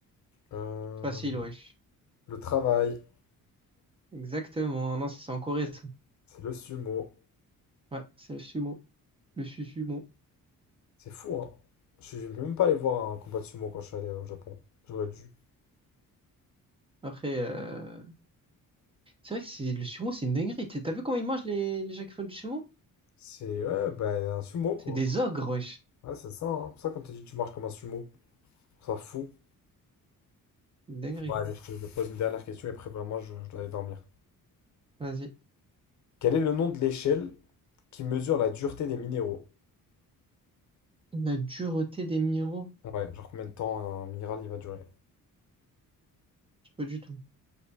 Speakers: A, on the left (about 55°); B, on the right (about 15°).
A: Euh,
B: facile, wesh.
A: le travail,
B: Exactement. Non, ça, c'est en Corée, ça.
A: c'est le sumo.
B: Ouais, c'est le sumo. Le su- sumo.
A: C'est fou, hein. Je suis même pas allé voir un combat de sumo quand je suis allé au Japon. J'aurais dû.
B: Après, euh, c'est vrai que c'est le sumo, c'est une dinguerie. T'as t'as vu comment ils mangent les, les gens qui font du sumo?
A: C'est ouais, bah, un sumo, quoi.
B: C'est des ogres, wesh.
A: Ouais, c'est ça, hein. C'est pour ça, comme t'as dit, tu marches comme un sumo. Je trouve Ça fou.
B: Une dinguerie.
A: Bon, allez, je te pose une dernière question et après, vraiment, je, je dois aller dormir.
B: Vas-y.
A: Quel est le nom de l'échelle qui mesure la dureté des minéraux?
B: La dureté des minéraux?
A: Ouais, genre combien de temps un minéral il va durer?
B: Je sais pas du tout.